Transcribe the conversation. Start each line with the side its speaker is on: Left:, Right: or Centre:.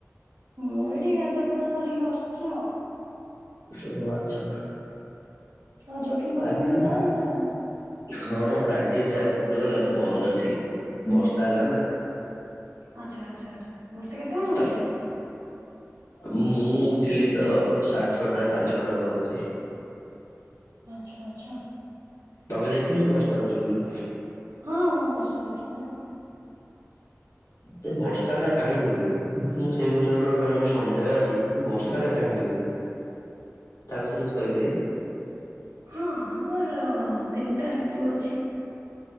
Right: ମୁଁ ଏଠି ଗାଧୁଆ ପେଟଧୁଆ ସାରିକି ବସିଛି ଆଉ।
Left: ଓ ଆଚ୍ଛା।
Right: ଆଉ ଜଙ୍ଗି ଫଙ୍ଗି
Left: ଆଜିକାଲି
Right: ରେ ଯାଉ ନା ଯାଉନି।
Left: ହଁ ପ୍ରାକ୍ଟିସ ଯାଏ ଫୁଟବଲ। ଆଜି ବନ୍ଦ ଅଛି ବର୍ଷା ହେଲା ନା।
Right: ଆଚ୍ଛା, ଆଚ୍ଛା, ଆଚ୍ଛା, ବର୍ଷା କେତେବେଳୁ
Left: ତ
Right: ହଉଛି କି?
Left: ମୁଁ ଉଠିଲି ତ ସାଢେ ଛଅଟା ସାଢେ ଛଅଟ ର ହଉଛି।
Right: ଆଚ୍ଛା, ଆଚ୍ଛା।
Left: ତମେ ଦେଖିନ କି ବର୍ଷା ହଉଛିୁ ବୋଲି?
Right: ହଁ ମୁଁ ବର୍ଷା ଦେଖିଛି ନା।
Left: ତ ବର୍ଷା ଟା କାହିଁକି ହୁଏ? ମୁଁ ସେଇ ବିଷୟରେ ଗୋଟେ ବେପାର ମୋର ସନ୍ଦେହ ଅଛି ବର୍ଷା ଟା କାହିଁକି ହୁଏ? ତା ବିଷୟରେ କିଛି କହିପାରିବେ?
Right: ହଁଁ ଆମର ତିନିଟା ଋତୁ ଅଛି।